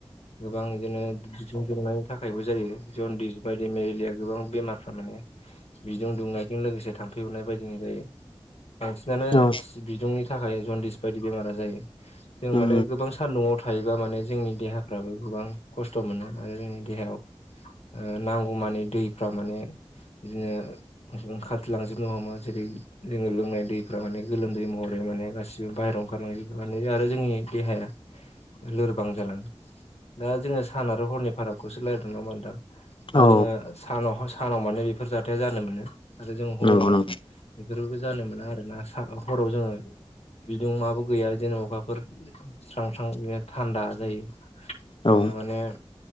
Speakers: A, on the left; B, on the left.
A: गोबां बिदिनो <unintelligible> थाखायबो जायो जनदिस बायदि मेलेरिया गोबां बेमार थारमाने बिदुं दुंनायजों लोगोसे थाम्फै अरनाय बायदिनो जायो बांसिनानो
B: औ
A: बिदुंनि थाखाय जन्दिस बायदि बेमारा जायो जों
B: उम
A: माने गोबां सान्दुंआव थायोबा माने जोंनि देहाफ्राबो गोबां खस्थ' मोनो आरो जोंनि देहायाव ओ नांगौमानि दैफ्रा माने बिदिनो ओंखारलांजोबनो हमो जेरै जोङो लोंनाय दैफोरा माने गोलोमदै महरै माने गासिबो बाहेरायाव ओंखारलांजोबो माने आरो जोंनि देहाया लोरबां‌ जालाङो दा जोङो सान आरो हरनि फारागखौसो रायलायदों नंङा होनबा नोंथां दा
B: औ
A: जोंङो सानाव सानाव माने बेफोर जाथाया जानो मोनो आरो जों हराव
B: नंगौ
A: बेफोरबो जानो मोना आरो ना हराव जोङो बिदिुं माबो गैया जेने अखाफोर स्रां स्रां बिदिनो थान्दा जायो
B: नंगौ औ
A: बि माने